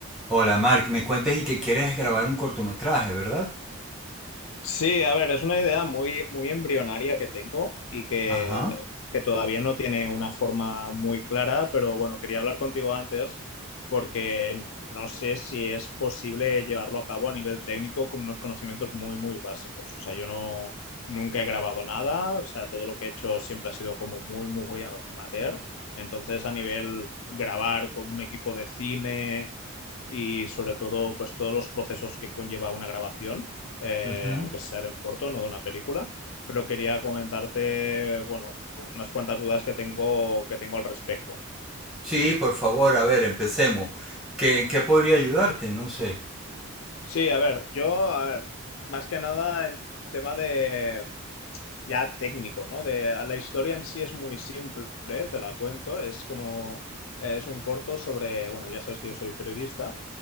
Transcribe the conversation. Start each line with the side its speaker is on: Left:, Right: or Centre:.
Centre: Hola, Mark, me cuentas y que quieres grabar un cortometraje, ¿verdad?
Left: Sí, a ver, es una idea muy, muy embrionaria que tengo y que,
Centre: Ajá.
Left: que todavía no tiene una forma muy clara, pero bueno, quería hablar contigo antes porque no sé si es posible llevarlo a cabo a nivel técnico con unos conocimientos muy, muy básicos. O sea, yo no, nunca he grabado nada, o sea, todo lo que he hecho siempre ha sido como muy, muy amateur. Entonces, a nivel grabar con un equipo de cine y sobre todo pues todos los procesos que conlleva una grabación, eh,
Centre: Ujú.
Left: aunque sea de un corto, no de una película. Pero quería comentarte, bueno, unas cuantas dudas que tengo, que tengo al respecto.
Centre: Sí, por favor, a ver, empecemos. ¿Qué, en qué podría ayudarte? No sé.
Left: Sí, a ver, yo, a ver, más que nada en tema de ya técnico, ¿no? De la historia en sí es muy simple, ¿eh? Te la cuento, es como es un corto sobre, bueno, ya sabes que yo soy periodista